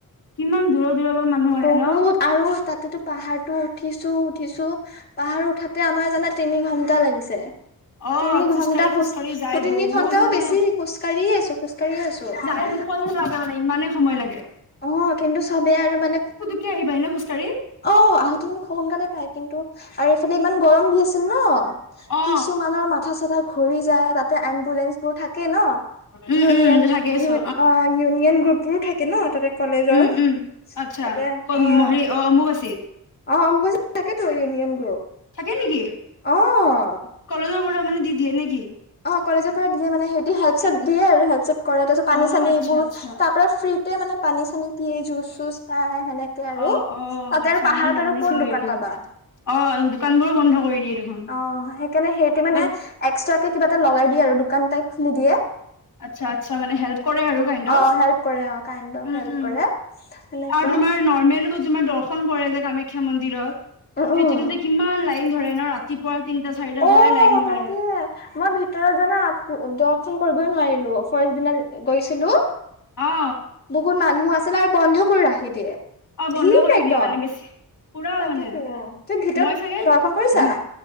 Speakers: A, on the left (about 55°); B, on the left (about 25°).
A: কিমান দূৰৰ দূৰৰ। পৰা মানুহ আহে
B: বহুত,
A: ন
B: আৰু তাত। সেইটোতো পাহাৰটো উঠিছো, উঠিছো। পাহাৰ উঠাতে আমাৰ জানা তিনি ঘন্টা লাগিছে।
A: অ
B: তিনি
A: খোজকাঢ়ি
B: ঘন্টা
A: খোজকাঢ়ি
B: খোজ কাঢ়ি।
A: যাই
B: তিনি
A: বহুত
B: ঘন্টাও
A: মানে
B: বেছি খোজ কাঢ়ি আছো খোজ কাঢ়িয়ে আছো।
A: এনেকোৱা যেন লাগে মানে, ইমানেই সময় লাগে।
B: অ', কিন্তু চবেই আৰু মানে?
A: কি আহিবা এনেও খোজ কাঢ়ি।
B: অ', আহুতে কিন্ত খুব সোনকালে পায়। কিন্তু, আৰু এইফালে ইমান গৰম দি আছে। নহ,
A: অ
B: কিছুমানৰ মাথা চাথা ঘূৰি যায়। তাতে এম্বুলেন্সবোৰ থাকে নহ।
A: উম
B: ইউনিয়ন
A: উম থাকেইছো
B: ইউ অ, ইউনিয়ন গ্ৰুপবোৰো থাকে নহ তাতে? কলেজৰ।
A: উম
B: তাতে
A: উম আচ্ছা
B: অ'।
A: হেৰি অ অম্বুবাচীত
B: অ', মই <unintelligible> তাকেতো ইউনিয়ন গ্ৰুপ।
A: থাকে নেকি?
B: অ'।
A: কলেজৰ পৰা মানে, দি দিয়ে নেকি?
B: অ', কলেজৰ পৰা দিয়ে মানে, সিহঁতি হেল্প চেল্প দিয়ে আৰু। হেল্প চেল্প কৰে, তাৰপিছত পানী
A: অ
B: চানীবোৰ।
A: আচ্ছা আচ্ছা
B: তাৰ পৰা ফ্ৰীল। <unintelligible> মানে, পানী চানী দিয়ে। জুচ, চুচ পায়। সেনেকে আৰু।
A: অ', অ',
B: তাতে
A: আচ্ছা
B: আৰু পাহাৰত
A: আমাৰ নাজানিছিলো
B: আৰু ক'ত দোকান
A: সেইটো।
B: পাবা।
A: অ, দোকান বোৰো বন্ধ কৰি দিয়ে। দেখোন
B: অ', সেইকাৰণে সেহিঁতে মানে,
A: বাট
B: এক্সট্ৰাকে কিবা এটা লগাই দিয়ে আৰু। দোকান টাইপ খুলি দিয়ে।
A: আচ্ছা, আচ্ছা মানে হেল্প কৰে আৰু। <unintelligible>
B: অ হেল্প কৰে অ kind of
A: um,
B: help
A: um.
B: কৰে সেনেকুৱা
A: আমাৰ নৰ্মেলো। তো তোমাৰ দৰ্শন কৰে যে, কামাখ্যা মন্দিৰত।
B: উম
A: সেইটোতো যে কিমান, লাইন ধৰে নহ ৰাতিপুৱা। তিনটা চাৰিটাৰ
B: অ',
A: পৰাই লাইন
B: তাকেই!
A: ধৰে
B: মই ভিতৰত জানা, আপ-দ। দৰ্শন কৰিবই নোৱাৰিলো। ফাষ্ট দিনা গৈছিলো।
A: অ
B: বহুত মানুহ আছিলে, আৰু বন্ধ কৰি ৰাখি দিয়ে।
A: অ', বন্ধ
B: ভিৰ
A: কৰি
B: একদম
A: দিয়ে মানে? বেছি, পুৰা
B: তাকেতো
A: মানে।
B: তুমি ভিতৰত
A: মই চাগে,
B: দৰ্শন কৰিছা
A: দু।